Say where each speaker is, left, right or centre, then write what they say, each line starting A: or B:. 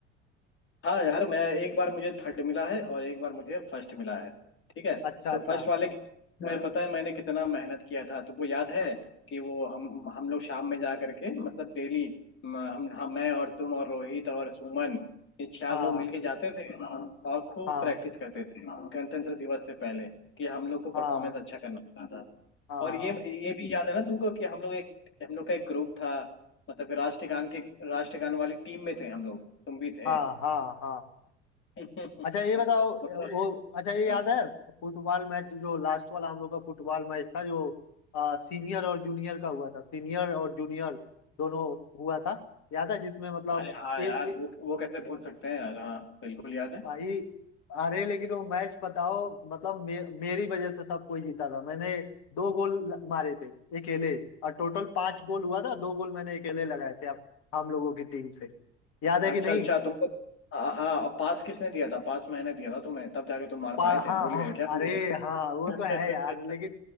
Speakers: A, on the left (about 35°); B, on the left (about 55°).
A: हाँ यार मैं एक बार मुझे थर्ड मिला है और एक बार मुझे फर्स्ट मिला है ठीक है
B: अच्छा
A: तो
B: अच्छा
A: फर्स्ट वाले में हाँ पता है मैंने कितना मेहनत किया था तुमको याद है कि वो हम हम लोग शाम में जा करके मतलब डेली हम हम हाँ, मैं और तुम और रोहित और सुमन ये चार
B: हाँ
A: लोग मिलके जाते थे और खूब
B: हाँ
A: प्रैक्टिस करते थे गणतंत्र दिवस से पहले कि हम लोग को परफॉर्मेंस
B: हाँ
A: अच्छा करना होता था
B: हाँ
A: और ये ये भी याद है ना तुमको कि हम लोग एक हम लोग का एक ग्रुप था मतलब कि राष्ट्रगान के राष्ट्रगान वाली टीम में थे हम लोग तुम भी थे
B: हाँ हाँ हाँ
A: <laughs>
B: अच्छा ये बताओ
A: मतलब
B: वो अच्छा ये
A: अ,
B: याद है फुटबॉल मैच जो लास्ट वाला हम लोग का फुटबॉल मैच था जो आ, सीनियर और जूनियर का हुआ था सीनियर और जूनियर दोनों हुआ था याद है जिसमें मतलब
A: अरे हाँ
B: ये
A: यार
B: ये
A: वो वो कैसे भूल सकते हैं यार हाँ बिल्कुल याद है
B: भाई अरे लेकिन वो मैच बताओ मतलब मे, मेरी वजह से सब कोई जीता था मैंने दो गोल ल- मारे थे अकेले और टोटल पांच गोल हुआ था दो गोल मैंने अकेले लगाए थे अब हम लोगों की टीम से याद
A: अच्छा
B: है कि नहीं
A: अच्छा तुमको अ, हाँ पास किसने दिया था पास मैंने दिया था तुम्हें तब जाके तुम मार
B: पा-
A: पाए थे
B: हाँ
A: भूल
B: हाँ
A: गए क्या मुझे
B: अरे हाँ वो
A: <laughs>
B: तो है यार लेकिन